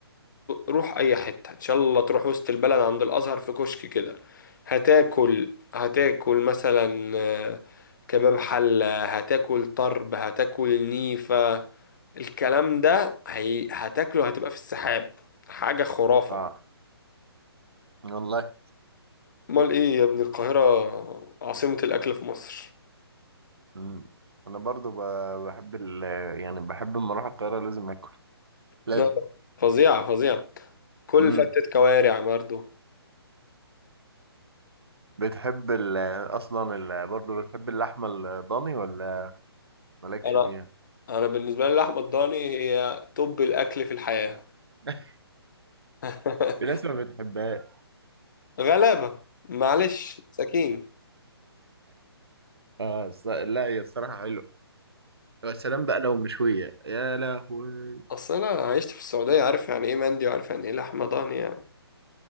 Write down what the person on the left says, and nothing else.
روح اي حتة ان شاء الله تروح وسط البلد عند الازهر في كشك كده هتاكل هتاكل مثلا آه، كباب حلة هتاكل طرب هتاكل نيفة الكلام ده هي... هتاكله هتبقى في السحاب حاجة خرافة
امال ايه يا ابني القاهرة عاصمة الاكل في مصر
لا فظيعة فظيعة كل
فتة كوارع برضه
انا
انا بالنسبة لي لحمة الضاني هي توب الاكل في الحياة
<laughs>
غلابة معلش مساكين
اصل انا عشت في السعودية عارف يعني ايه مندي وعارف يعني ايه لحمة ضاني يعني